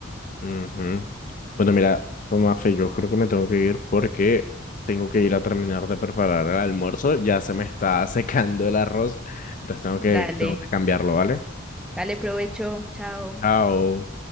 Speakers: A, on the left; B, in the centre.
A: Ujú. Bueno, mira, Mafe, yo creo que me tengo que ir porque tengo que ir a terminar de preparar el almuerzo. Ya se me está <laughs> secando el arroz, entonces tengo
B: Dale,
A: que, tengo que cambiarlo, ¿vale?
B: dale provecho, chao.
A: Chao.